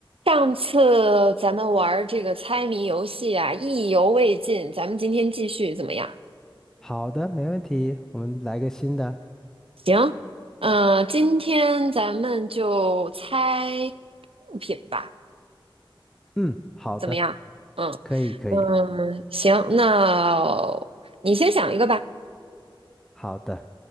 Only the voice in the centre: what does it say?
好的，没问题，我们来个新的。
嗯，好的，
可以，可以，
好的。